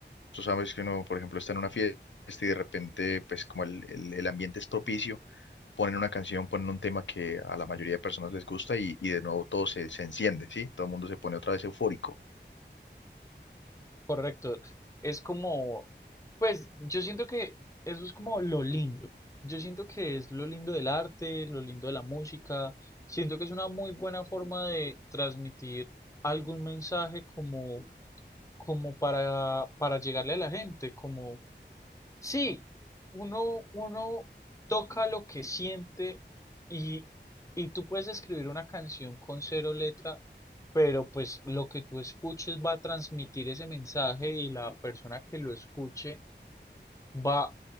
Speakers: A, on the left; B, on the left.
A: Tú sabes que uno, por ejemplo, está en una fiesta y de repente, pues como el, el- el ambiente es propicio, ponen una canción, ponen un tema que a la mayoría de personas les gusta y, y de nuevo todo se, se enciende, ¿sí? Todo el mundo se pone otra vez eufórico.
B: Correcto. Es como, pues yo siento que eso es como lo lindo. Yo siento que es lo lindo del arte, lo lindo de la música. Siento que es una muy buena forma de transmitir algún mensaje como, como para, para llegarle a la gente, como Sí, uno, uno toca lo que siente y, y tú puedes escribir una canción con cero letra, pero pues lo que tú escuches va a transmitir ese mensaje y la persona que lo escuche va